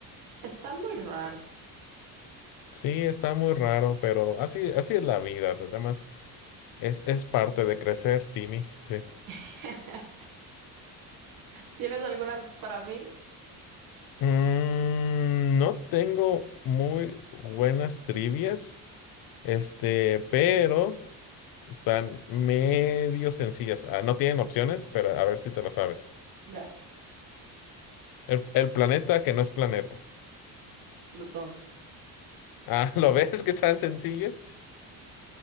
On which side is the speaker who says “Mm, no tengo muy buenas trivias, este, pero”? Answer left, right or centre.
Left